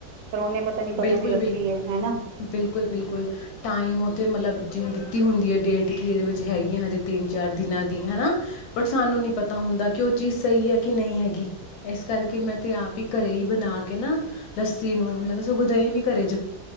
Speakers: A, on the right; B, on the left.
A: ਪਰ ਉਹਨੇ ਪਤਾ ਨੀ ਕਦੋਂ
B: ਬਿਲਕੁਲ
A: ਦੀ ਰੱਖੀ
B: ਬਿਲੁ
A: ਏ ਹਨਾ ਹੂੰ,
B: ਬਿਲਕੁਲ ਬਿਲਕੁਲ ਟਾਈਮ ਉਹਤੇ ਮਤਲਬ ਜਿਵੇਂ ਦਿੱਤੀ ਹੁੰਦੀ ਹੈ ਡੇਟ ਕਿ ਇਹਦੇ ਵਿੱਚ ਹੈਗੀ ਆ ਹਜੇ ਤਿੰਨ ਚਾਰ ਦਿਨਾਂ ਦੀ ਹਨਾ ਬ ਸਾਨੂੰ ਨੀ ਪਤਾ ਤਾਂ ਹੁੰਦਾ ਕਿ ਉਹ ਚੀਜ਼ ਸਹੀ ਹੈ ਕਿ ਨਹੀਂ ਹੈਗੀ ਇਸ ਕਰਕੇ ਮੈਂ ਤੇ ਆਪ ਹੀ ਘਰੇ ਹੀ ਬਣਾ ਕੇ ਨਾ ਲੱਸੀ ਨੂੰ ਮੈਂਨੂੰ ਉਹ ਦਹੀਂ ਵੀ ਘਰੈ